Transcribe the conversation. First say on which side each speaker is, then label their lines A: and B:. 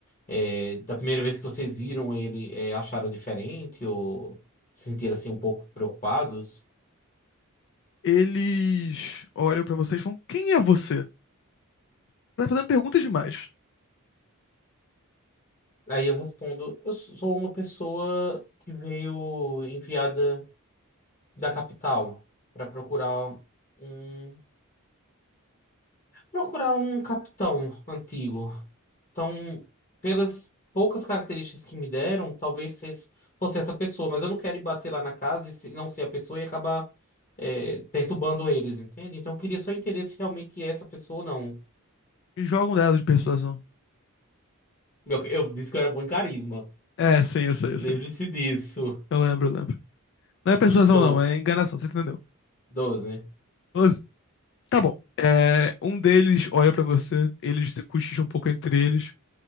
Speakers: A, on the left; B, on the left.
A: é, da primeira vez que vocês viram ele, é, acharam diferente ou se sentiram assim um pouco preocupados?
B: Eles olham pra vocês e falam: Quem é você? Você tá fazendo perguntas demais.
A: Aí eu respondo: eu sou uma pessoa que veio enviada da capital para procurar um procurar um capitão antigo. Então, pelas poucas características que me deram, talvez vocês fosse essa pessoa, mas eu não quero ir bater lá na casa e se- não ser a pessoa e acabar é, perturbando eles, entende? Então, eu queria só entender se realmente é essa pessoa ou não.
B: E jogam um dado de persuasão.
A: Eu, eu disse que eu era bom em carisma.
B: É, sim, eu sei,
A: Lembre-se
B: eu sei.
A: disso.
B: Eu lembro, eu lembro. Não é persuasão,
A: Do
B: não, é enganação, você entendeu?
A: 12.
B: 12? Tá bom. É, um deles olha pra você, eles cochicham um pouco entre eles.